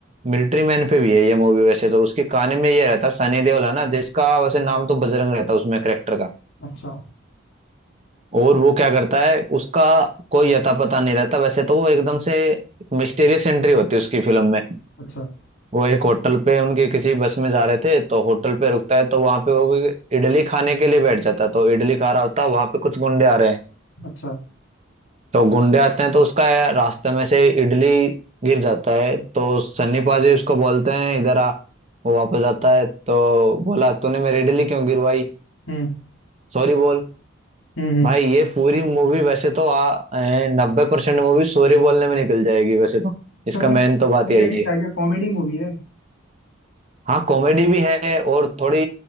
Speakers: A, on the right; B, on the left.
A: मिलिट्री मैन पे भी है ये मूवी वैसे तो उसके कहानी में ये रहता है सनी देओल है ना जिसका वैसे नाम तो बजरंग रहता है उसमें करेक्टर का
B: अच्छा
A: और वो क्या करता है उसका कोई अता पता नहीं रहता वैसे तो वो एकदम से मिस्टीरियस एंट्री होती है उसकी फिल्म में
B: अच्छा
A: वो एक होटल पे उनके किसी बस में जा रहे थे तो होटल पे रुकता है तो वहां पे वो कोई इडली खाने के लिए बैठ जाता है तो इडली खा रहा होता है वहां पे कुछ गुंडे आ रहे हैं
B: अच्छा
A: तो गुंडे आते हैं तो उसका रास्ते में से इडली गिर जाता है तो सन्नी पाजी उसको बोलते हैं इधर आ वो वापस आता है तो बोला तूने मेरी इडली क्यों गिरवाई
B: हम्म
A: सॉरी बोल
B: हम्म हम्म
A: भाई ये पूरी मूवी वैसे तो आ नब्बे परसेंट मूवी सॉरी बोलने में निकल जाएगी वैसे तो इसका
B: पहले
A: मेन
B: कॉमेडी
A: तो बात यही है
B: आ गया कॉमेडी मूवी है
A: हाँ कॉमेडी भी है और थोड़ी